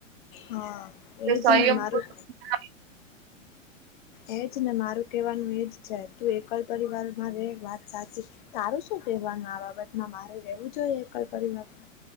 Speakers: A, on the left; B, on the right.
A: હા
B: કે
A: એજને
B: સંયમ
A: મારૂ
B: કુટુંબ
A: એજ ને મારું કહેવાનું એજ છે તું એકલ પરિવારમાં ર વાત સાચી તારું શું કહેવાનું આ બાબતમાં મારે રેવું જોઈએ એકલ પરિવારમાં